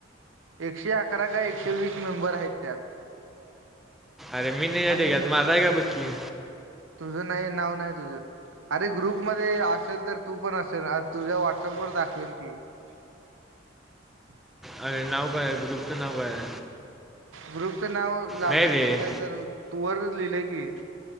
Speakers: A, on the right; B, in the centre.
A: एकशे अकरा का एकशे वीस मेंबर आहेत त्यात
B: अरे मी नाही याते
A: आणि
B: घ माझाय का बक्की
A: तुझं नाही नाव नाही तुझं अरे ग्रुप मध्ये असेल तर तू पण असेल तुझ्या व्हॉट्सअपवर दाखवेल की <unintelligible>
B: अरे नाव काय आहे ग्रुपचं नाव काय आहे
A: ग्रुपचं नाव लालशकर
B: नाही रे
A: काय तर तूवर लिहिले की